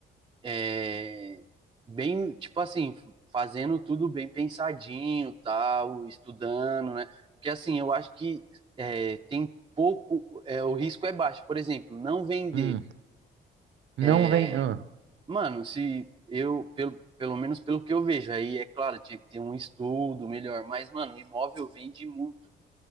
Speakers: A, on the right; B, on the right.
A: é, bem, tipo assim, fazendo tudo bem pensadinho, tal, estudando, né? Porque assim, eu acho que é, tem pouco, é, o risco é baixo. Por exemplo, não vender.
B: Hum, não
A: É,
B: vem. hum,
A: mano, se eu, pelo, pelo menos pelo que eu vejo, aí é claro, tinha que ter um estudo melhor, mas, mano, imóvel vende muito,